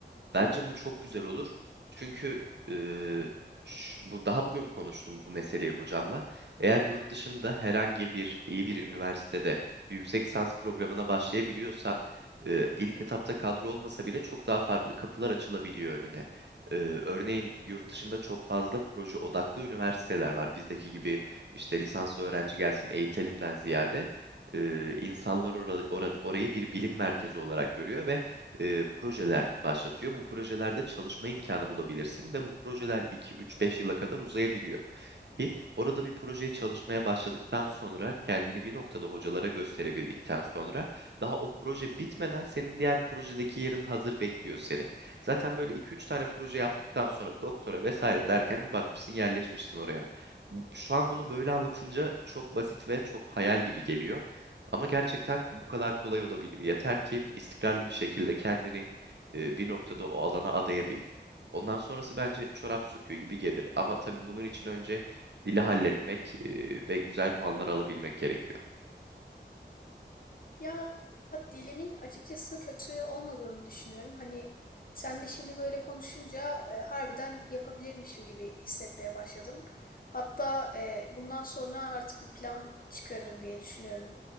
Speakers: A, on the right; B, on the left.
A: Bence bu çok güzel olur. Çünkü eee, ş- bu daha bugün konuştum bu meseleyi hocamla. Eğer yurt dışında herhangi bir iyi bir üniversitede yüksek lisans programına başlayabiliyorsan eee, ilk etapta kadro olmasa bile çok daha farklı kapılar açılabiliyor önüne. Eee, örneğin yurt dışında çok fazla proje odaklı üniversiteler var. Bizdeki gibi işte lisans öğrenci gelsin eğitelimden ziyade eee, insanlar ora- ora- orayı bir bilim merkezi olarak görüyor ve e, projeler başlatıyor. Bu projelerde çalışma imkanı bulabilirsin ve bu projeler 2, 3, 5 yıla kadar uzayabiliyor ki orada bir projeye çalışmaya başladıktan sonra kendini bir noktada hocalara gösterebildikten sonra daha o proje bitmeden senin diğer projedeki yerin hazır bekliyor seni. Zaten böyle iki üç tane proje yaptıktan sonra doktora vesaire derken bir bakmışsın yerleşmişsin oraya. Bu- Şu an bunu böyle anlatınca çok basit ve çok hayal gibi geliyor. Ama gerçekten bu kadar kolay olabiliyor. Yeter ki istikrarlı bir şekilde kendini e, bir noktada o alana adayabil. Ondan sonrası bence çorap söküğü gibi gelir. Ama tabii bunun için önce dili halletmek e, ve güzel puanlar alabilmek gerekiyor.
B: Ya dilimin açıkçası kötü olmadığını düşünüyorum. Hani sen de şimdi böyle konuşunca e, harbiden yapabilirmişim gibi hissetmeye başladım. Hatta e, bundan sonra artık bir plan çıkarırım diye düşünüyorum.